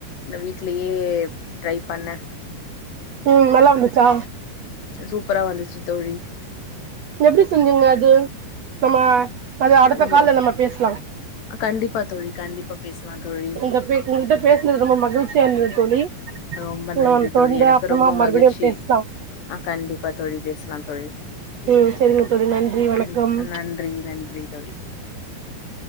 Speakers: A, on the left; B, on the right.
A: வீட்லயே ட்ரை பண்ண
B: ம் நல்லா வந்துச்சா
A: சூப்பரா வந்துச்சு தோழி
B: எப்டி செஞ்சிக்க அது நம்ம அது அடுத்த
A: ம்
B: கால்ல நம்ம பேசலா
A: கண்டிப்பா தோழி கண்டிப்பா பேசலா தோழி
B: இத பே உங்கிட்ட பேஸ்னது ரொம்ப மகிழ்ச்சியா இருத்துது தோழி
A: ரொம்ப நன்றி
B: நம்ம
A: தோழி
B: தொடர்ந்து
A: எனக்கு
B: அப்புறமா
A: ரொம்ப
B: மறுபடியும்
A: மகிழ்ச்சி
B: பேசலாம்
A: ஆ கண்டிப்பா தோழி பேசலா தோழி
B: ம் சரிங்க தோழி நன்றி வணக்கம்
A: ம் நன்றி நன்றி தோழி